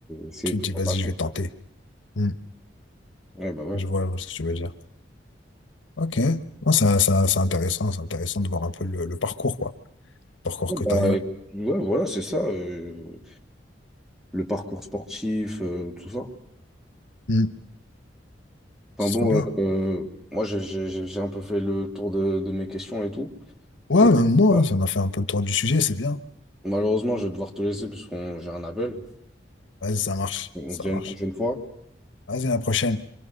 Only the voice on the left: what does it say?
Tu
te dis, vas-y, je vais tenter. Mm.
Je vois, je vois ce que tu veux dire. Ok. Non, c'est c'est- c'est intéressant. C'est intéressant de voir un peu le, le parcours, quoi. Le parcours
que
t'as eu.
Mm.
C'est
trop bien.
Ouais,
ben, moi,
hein, ça m'a fait un peu le tour du sujet, c'est bien.
Vas-y, ça marche,
ça
marche.
Vas-y, à la prochaine.